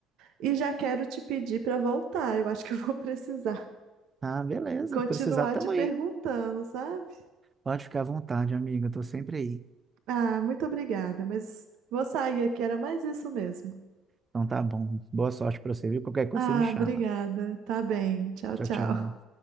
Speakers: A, on the right; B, on the right.
A: E já quero te pedir para voltar, eu acho que eu vou <laughs> precisar
B: Ah, beleza,
A: continuar
B: precisar tamo
A: te perguntando,
B: aí.
A: sabe?
B: Pode ficar à vontade, amiga, eu tô sempre aí.
A: Ah, muito obrigada, mas vou sair aqui, era mais isso mesmo.
B: Então tá bom. Boa sorte para você, viu? Qualquer coisa
A: Ah,
B: você me chama.
A: obrigada, tá bem, tchau,
B: Tchau,
A: tchau.
B: tchau.